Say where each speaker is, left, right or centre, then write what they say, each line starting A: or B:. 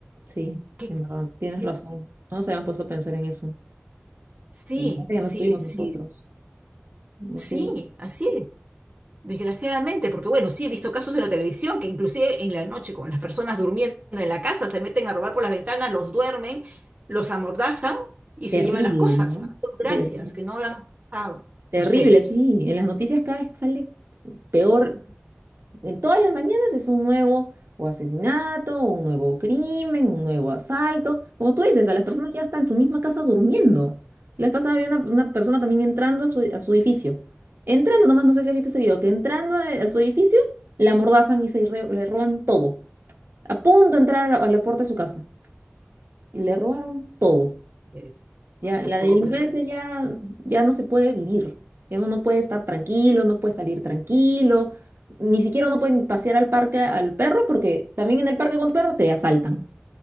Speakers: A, on the right; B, on the right.
A: sí,
B: que
A: en verdad, tienes
B: qué-
A: razón. No nos habíamos puesto a pensar en eso.
B: Sí,
A: Imagínate que
B: sí,
A: no estuvimos
B: sí,
A: nosotros. No
B: sí,
A: sé,
B: así es. Desgraciadamente, porque bueno, sí he visto casos en la televisión que inclusive en la noche con las personas durmiendo en la casa se meten a robar por las ventanas, los duermen, los amordazan y
A: terrible,
B: se llevan las cosas.
A: ¿no?
B: Ah, no, Gracias,
A: Ter-
B: que no lo han pasado
A: terrible,
B: ustedes.
A: sí. En las noticias cada vez sale peor En todas las mañanas es un nuevo o asesinato, un nuevo crimen, un nuevo asalto. Como tú dices, a las personas
B: Mm,
A: ya están en su misma casa durmiendo. La vez pasada había una, una persona también entrando a su, a su edificio. Entrando, nomás no sé si has visto ese video, que entrando a, a su edificio, la amordazan y se re- le roban todo. A punto de entrar a la, a la puerta de su casa. Y le robaron todo.
B: eh,
A: Ya,
B: No te
A: la
B: puedo
A: delincuencia
B: creer.
A: ya, ya no se puede vivir. Ya uno no puede estar tranquilo, no puede salir tranquilo. Ni siquiera uno puede ni pasear al parque al perro porque también en el parque con tu perro te asaltan.